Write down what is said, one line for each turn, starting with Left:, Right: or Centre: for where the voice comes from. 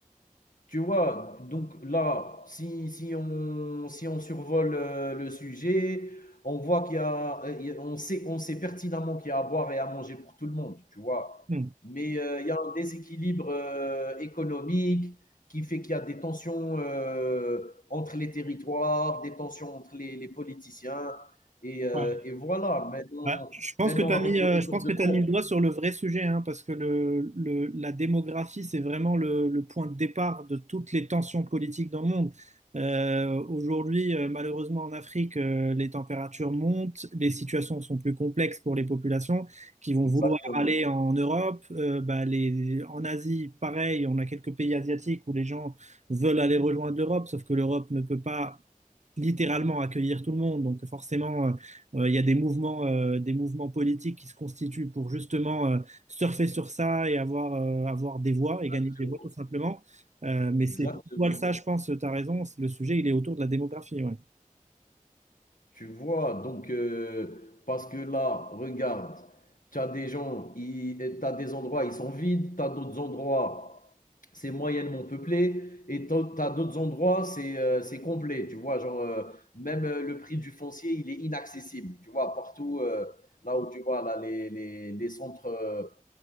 Left: Tu vois? Donc là, si si on si on survole, heu, le sujet, on voit qu'il y a heu, il y a on sait on sait pertinemment qu'il y a à boire et à manger pour tout le monde, tu vois?
Right: Hmm.
Left: Mais, heu, il y a un déséquilibre, heu, économique qui fait qu'il y a des tensions, heu, entre les territoires, des tensions entre les les politiciens et heu
Right: Ouais.
Left: et voilà. Maintenant
Right: Ah, je pense
Left: maintenant
Right: que tu as
Left: avec
Right: mis,
Left: le
Right: euh,
Left: retour
Right: je pense
Left: de
Right: que tu
Left: Trump
Right: mis le doigt sur le vrai sujet, hein, parce que le, le- la démographie, c'est vraiment le, le point de départ de toutes les tensions politiques dans le monde. Euh, aujourd'hui, euh, malheureusement en Afrique, euh, les températures montent, les situations sont plus complexes pour les populations qui vont
Left: exactement,
Right: vouloir aller en Europe. Euh, bah, les, en Asie, pareil, on a quelques pays asiatiques où les gens veulent aller rejoindre l'Europe, sauf que l'Europe ne peut pas littéralement accueillir tout le monde, donc forcément. Euh, Il y a des mouvements, euh, des mouvements politiques qui se constituent pour justement euh, surfer sur ça et avoir, euh, avoir des voix et
Left: exactement,
Right: gagner des voix tout simplement. Euh, mais
Left: exactement.
Right: c'est tout ça, je pense, tu as raison, c'est- le sujet, il est autour de la démographie. ouais.
Left: Tu vois, donc, euh, parce que là, regarde, tu as des gens, tu as des endroits, ils sont vides, tu as d'autres endroits, c'est moyennement peuplé, et tu as d'autres endroits, c'est euh, c'est complet, tu vois, genre, euh, même euh, le prix du foncier, il est inaccessible, tu vois, partout, euh, là où tu vois, là, les, les, les centres, euh,